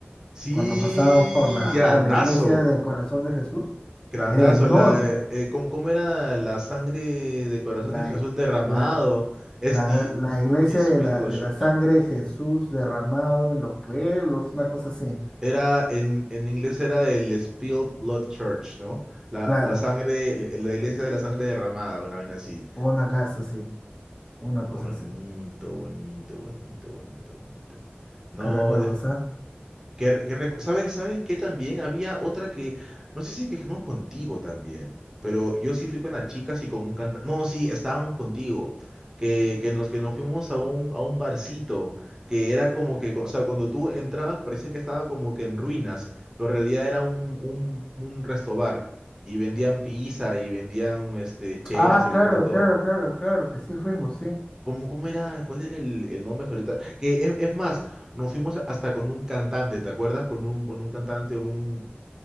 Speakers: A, on the right; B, on the left.
A: Sí,
B: Cuando pasábamos por la,
A: grandazo,
B: por la iglesia del Corazón de Jesús,
A: grandazo,
B: era enorme.
A: la, eh, eh, ¿cómo, cómo era la sangre de corazón
B: La,
A: de Jesús derramado?
B: la,
A: Esti,
B: la, la iglesia
A: Spill
B: de la,
A: Blood
B: de
A: Church.
B: la sangre de Jesús derramado en los pueblos, una cosa así.
A: Era, en, en inglés era el Spilled Blood Church, ¿no? La,
B: Claro,
A: la sangre, la iglesia de la sangre derramada, una vaina así.
B: una casa así, una cosa
A: Bonito,
B: así.
A: bonito, bonito, bonito, bonito. No,
B: ¿Qué recuerdos, ah?
A: que, re- que re- ¿sabes, sabes que también había otra que, no sé si es que fuimos contigo también, pero yo sí fui con las chicas y con un cantante. No, sí, estábamos contigo. Que, que nos, que nos fuimos a un, a un barcito, que era como que, o sea, cuando tú entrabas parecía que estaba como que en ruinas, pero en realidad era un, un, un resto bar, y vendían pizza y vendían este, chelas
B: Ah,
A: y vendían
B: claro,
A: de todo.
B: claro, claro, claro, que sí fuimos, sí.
A: ¿Cómo, cómo era? ¿Cuál era el, el nombre hasta ahorita? Que es, es más, nos fuimos hasta con un cantante, ¿te acuerdas? Con un, con un cantante, un,